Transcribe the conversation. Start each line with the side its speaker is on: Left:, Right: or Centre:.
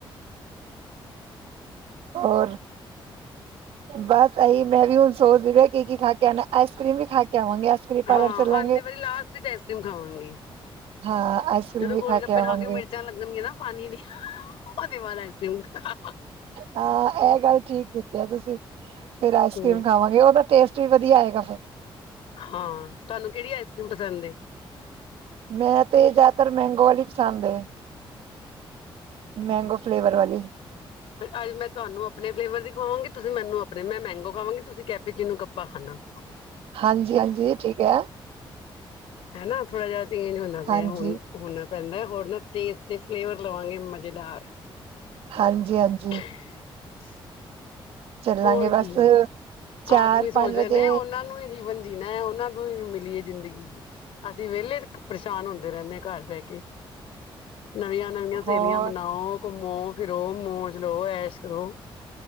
Right: ਹੋਰ ਬਸ ਇਹੀ ਮੈਂ ਵੀ ਹੁਣ ਸੋਚ ਰਈ ਆ ਕੀ -ਕੀ ਖਾ ਕੇ ਆਣਾ, ਆਈਸ ਕ੍ਰੀਮ ਵੀ ਖਾ ਕੇ ਆਵਾਂਗੇ ਕਰ੍ਰੀਮ ਪਾਰਲਰ
Left: ਹਾਂ
Right: ਚੱਲਾਂਗੇ
Left: ਆਂਦੇ ਵਾਰੀ ਲਾਸਟ ਵਿੱਚ ਆਈਸ ਕ੍ਰੀਮ ਖਾਵਾਂਗੇ।
Right: ਹਾਂ ਆਈਸ ਕਰ੍ਰੀਮ
Left: ਜਦੋਂ
Right: ਵੀ
Left: ਗੋਲ ਗੱਪੇ
Right: ਆਵਾਂਗੇ
Left: ਖਾ ਕੇ ਮਿਰਚਾਂ ਲੱਗਣਗੀਆਂ ਨਾ ਪਾਣੀ ਦੀ ਉਸ ਤੋਂ ਬਾਅਦ ਆਈਸ ਕ੍ਰੀਮ ਖਾ
Right: ਹਾਂ ਇਹ ਗੱਲ ਠੀਕ ਕੀਤੀ ਹੈ ਤੁਸੀਂ, ਫੇਰ ਆਈਸ
Left: ਹੂੰ
Right: ਕ੍ਰੀਮ ਖਾਵਾਂਗੇ ਉਹ ਤਾਂ ਟੇਸਟ ਵੀ ਵਧੀਆ ਆਏਗਾ ਫਿਰ।
Left: ਹਾਂ ਤੁਹਾਨੂੰ ਕੇਹੜੀ ਆਈਸਕ੍ਰੀਮ ਪਸੰਦ ਏ?
Right: ਮੈਂ ਤੇ ਜ਼ਿਆਦਾਤਰ ਮੈਂਗੋ ਵਾਲੀ ਪਸੰਦ ਏ। ਮੈਂਗੋ ਫਲੇਵਰ ਵਾਲੀ।
Left: ਅਜ ਮੈਂ ਤੁਹਾਨੂੰ ਆਪਣੇ ਫਲੇਵਰ ਦੀ ਖਵਾਵਾਂਗੀ, ਤੁਸੀਂ ਮੈਨੂੰ ਆਪਣੇ ਮੈਂ ਮੈਂਗੋ ਖਾਵਾਂਗੀ ਤੁਸੀਂ ਕੈਪੇਚੀਨੂੰ ਖਾਨਾ
Right: ਹਾਂਜੀ- ਹਾਂਜੀ ਠੀਕ ਹੈ।
Left: ਹੈਨਾ ਥੋੜਾ ਜਿਹਾ ਚੇਂਜ ਹੁੰਣਾ
Right: ਹਾਂਜੀ
Left: ਪਿਆ ਹੁਣ। ਹੋਣਾ ਪੈਂਦਾ ਐ ਹੋਰ ਨਾ ਟੇਸਟ ਦੇ ਫਲੇਵਰ ਲਵਾਂਗੇ ਮਜ਼ੇਦਾਰ।
Right: ਹਾਂਜੀ- ਹਾਂਜੀ।
Left: <inaudible>
Right: ਚੱਲਾਂਗੇ
Left: ਹੋਰ
Right: ਬਸ
Left: ਕੀ,
Right: ਚਾਰ
Left: ਆਦਮੀ ਸੋਚਦੇ
Right: ਪੰਜ ਵਜੇ
Left: ਨੇ ਉਹਨਾਂ ਨੂੰ ਹੀ ਜੀਵਨ ਜੀਨਾ ਹੈ, ਉਹਨਾਂ ਤੋਂ ਹੀ ਮਿਲੀ ਏ ਜ਼ਿੰਦਗੀ। ਅਸੀਂ ਵਿਹਲੇ ਪਰੇਸ਼ਾਨ ਹੁੰਦੇ ਰਹਿੰਦੇ ਹਾਂ ਘਰ ਬਹਿ ਕੇ। ਨਵੀਆਂ- ਨਵੀਆਂ ਸਹੇਲੀਆਂ
Right: ਹੋਰ
Left: ਬਣਾਓ, ਘੁੰਮੋ ਫਿਰੋ ਮੋਜ ਲਓ, ਐਸ਼ ਕਰੋ।